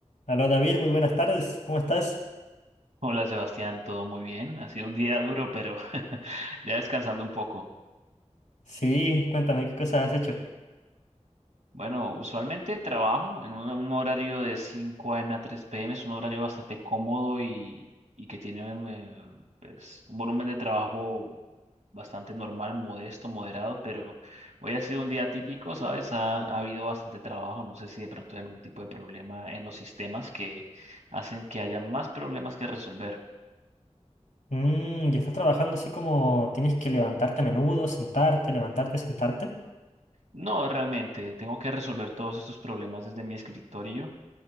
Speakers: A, on the left (about 85°); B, on the right (about 70°).
A: Aló David, muy buenas tardes, ¿cómo estás?
B: Hola Sebastián, todo muy bien. Ha sido un día duro, pero <laughs> ya descansando un poco.
A: Sí, cuéntame, ¿qué cosas has hecho?
B: Bueno, usualmente trabajo en un, un horario de cinco a m a tres p m. Es un horario bastante cómodo y, y que tiene eh, pues, un volumen de trabajo bastante normal, modesto, moderado, pero hoy ha sido un día típico, ¿sabes? Ha, ha habido bastante trabajo. No sé si de pronto hay algún tipo de problema en los sistemas que hacen que haya más problemas que resolver.
A: Mmm, ¿y estás trabajando así como tienes que levantarte a menudo, sentarte, levantarte, sentarte?
B: No, realmente, tengo que resolver todos estos problemas desde mi escritorio